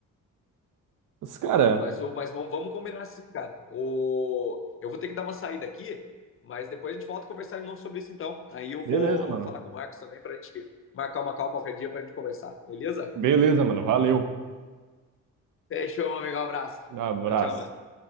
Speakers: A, on the right (about 60°); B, on the left (about 40°).
A: Mas, cara,
B: Mas, eu, mas vamos, vamos combinar assim, cara. O, eu vou ter que dar uma saída aqui, mas depois a gente volta a conversar de novo sobre isso então. Aí eu vou
A: beleza, mano.
B: falar com o Marcos também pra gente marcar uma call qualquer dia pra gente conversar, beleza?
A: Beleza, mano. Valeu.
B: Fechou, meu amigo. Um abraço.
A: Abraço.
B: Tchau, tchau, mano.